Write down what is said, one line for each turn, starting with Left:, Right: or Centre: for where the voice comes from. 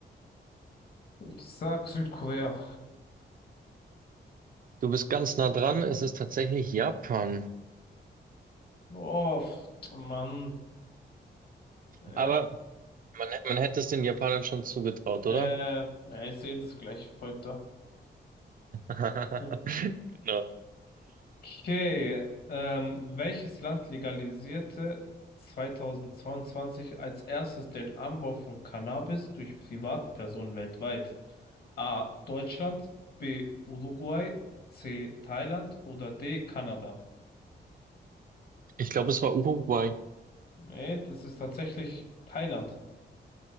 Left: Ich sag Südkorea.
Right: Du bist ganz nah dran, es ist tatsächlich Japan.
Left: Oh, Mann. Ja,
Right: Aber man, man hätte es den Japanern schon zugetraut, oder?
Left: Äh, ja, ich sehe das gleiche Volk da.
Right: <laughs>
Left: Ja.
Right: Genau.
Left: Okay, ähm, welches Land legalisierte 2022 als erstes den Anbau von Cannabis durch Privatpersonen weltweit? A. Deutschland, B. Uruguay, C. Thailand oder D. Kanada?
Right: Ich glaube, es war Uruguay.
Left: Nee, das ist tatsächlich Thailand.